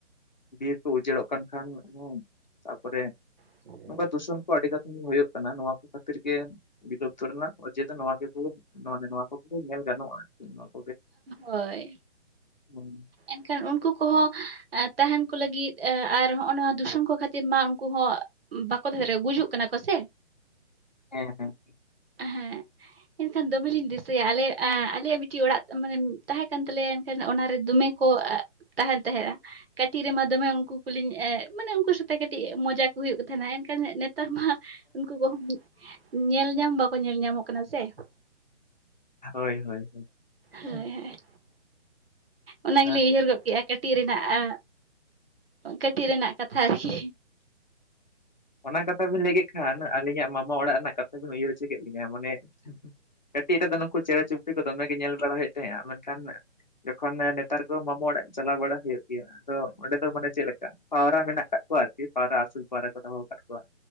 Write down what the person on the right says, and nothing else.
<inaudible>
ᱦᱳᱭ
ᱮᱱᱠᱷᱟᱱ ᱩᱱᱠᱩ ᱠᱚᱦᱚᱸ ᱛᱟᱦᱮᱸᱱ ᱠᱚ ᱞᱟᱹᱜᱤᱫ ᱟᱨ ᱦᱚᱸᱜᱚ ᱱᱚᱣᱟ ᱫᱩᱥᱚᱱ ᱠᱚ ᱠᱷᱟᱹᱛᱤᱨ ᱢᱟ ᱩᱱᱠᱩ ᱦᱚᱸ ᱵᱟᱠᱚ ᱛᱟᱦᱮᱸ <unintelligible> ᱜᱩᱡᱩᱜ ᱠᱟᱱᱟ ᱠᱚ ᱥᱮ᱾
ᱦᱮᱸ ᱮᱱᱠᱷᱟᱱ ᱫᱚᱢᱮᱞᱤᱧ ᱫᱤᱥᱟᱹᱭᱟ ᱟᱞᱮ ᱮᱸ ᱟᱞᱮᱭᱟᱜ ᱢᱤᱫᱴᱤᱡ ᱚᱲᱟᱜ ᱢᱟᱱᱮ ᱛᱟᱦᱮᱸ ᱠᱟᱱ ᱛᱟᱞᱮᱭᱟ ᱮᱱᱠᱷᱟᱱ ᱚᱱᱟ ᱨᱮ ᱫᱚᱢᱮ ᱠᱚ ᱮᱸ ᱛᱟᱦᱮᱸᱱ ᱛᱟᱦᱮᱸᱫᱼᱟ᱾ ᱠᱟᱹᱴᱤᱡ ᱨᱮᱢᱟ ᱫᱚᱢᱮ ᱩᱱᱠᱩ ᱠᱚᱞᱤᱧ ᱮ ᱢᱟᱱᱮ ᱩᱱᱠᱩ ᱥᱟᱛᱮ ᱠᱟᱹᱴᱤᱡ ᱢᱚᱡᱟ ᱠᱚ ᱦᱩᱭᱩᱜ ᱜᱮ ᱛᱟᱦᱮᱸᱱᱟ, ᱮᱱᱠᱷᱟᱱ ᱱᱮᱛᱟᱨ ᱢᱟ ᱩᱱᱠᱩ ᱠᱚᱦᱚᱸ, ᱧᱮᱞ ᱧᱟᱢ ᱵᱟᱠᱚ ᱧᱮᱞ ᱧᱟᱢᱚᱜ ᱠᱟᱱᱟ ᱥᱮ᱾
ᱦᱳᱭ
ᱦᱳᱭ, ᱚᱱᱟ ᱜᱮᱞᱤᱧ
ᱩᱭᱦᱟᱹᱨ ᱜᱚ ᱠᱮᱜᱼᱟ ᱠᱟ ᱴᱤᱡ ᱨᱮᱱᱟᱜ ᱟ, ᱠᱟᱹᱴᱤᱡ ᱨᱮᱱᱟᱜ ᱠᱟᱛᱷᱟ ᱟᱨᱠᱤ᱾